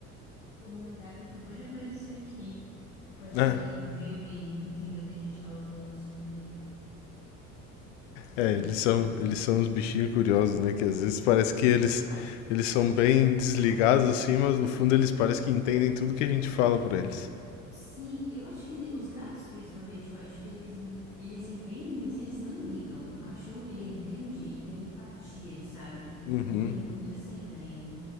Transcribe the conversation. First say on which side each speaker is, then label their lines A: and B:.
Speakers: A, on the left; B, on the left.
A: o meu gato acabou de aparecer aqui. Eu acho
B: Ah,
A: que ele ouviu e entendeu que a gente estava falando sobre ele. É.
B: é, eles são, eles são os bichinhos curiosos, né? Que às vezes parece que eles, eles são bem desligados assim, mas no fundo eles parecem que entendem tudo que a gente fala pra eles.
A: Sim, eu acho que ele- os gatos, principalmente, eu acho que eles, eles entendem, mas eles não ligam. O cachorro, ele entende e tem empatia, sabe?
B: Uhum.
A: Eu tenho muito essa ideia.